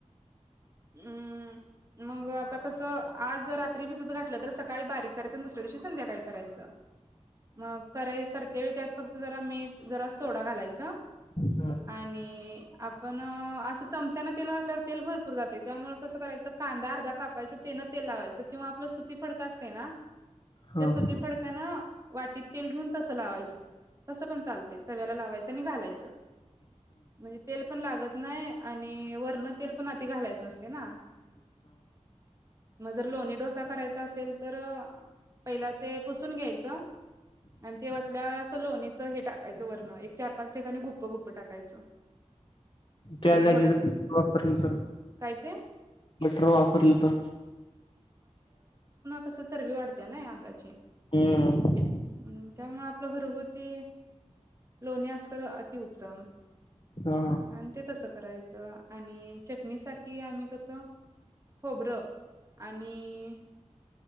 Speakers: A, on the right; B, on the left.
A: हम् मग आता कसं आज जर रात्री भिजत घातलं तर सकाळी बारीक करायचं आणि, दुसऱ्या दिवशी संध्याकाळी करायचं. मग कराय करते व त्यात फक्त जरा मीठ जरा सोडा घालायच.
B: हा
A: आणि आपण असं! चमच्याना तेल घातल्यावर तेल भर पूर जाते त्यामुळेळ कस करायचं कांदा अर्धा कापायचं तेनं तेल लावायचं किंवा आपलं सुती फडक असते ना!
B: हा
A: त्या सुती फडकाना वाटीत तेल घेऊन तसं लावायचं. तसं पण चालते तव्याला लावायचं आणि घालायचं म्हणजे तेल पण लागत नाही आणि वरण तेल पण आ नसतंय ना? जर लोणी डोसा करायचा असेल तर! पहिला ते पुसून घ्यायच. च आणि ते ओतल्यावर असं लोणी हे टाकायचं वर्ण एक चार पाच ठिकाणी गुप्प, गुप्प टाकायचं
B: त्या
A: आणि
B: जागी
A: थोडं
B: जर वापरलं तर?
A: काय ते?
B: बटर वापरलं तर
A: कस चरबी वाढत ना अंगाची!
B: हा
A: हम्म त्यामुळे आपलं घरगोत ती लोणी असल्या अतिउत्तम
B: हा
A: आणि ते तसं करायचं आणि च णीसाठी आम्ही कसं खोबरं आणि